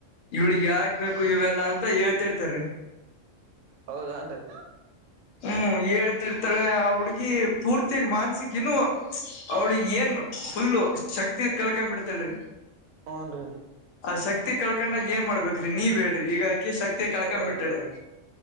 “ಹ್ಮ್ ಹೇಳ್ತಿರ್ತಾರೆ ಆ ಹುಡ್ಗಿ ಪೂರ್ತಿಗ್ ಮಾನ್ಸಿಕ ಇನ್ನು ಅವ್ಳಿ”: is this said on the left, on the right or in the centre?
Left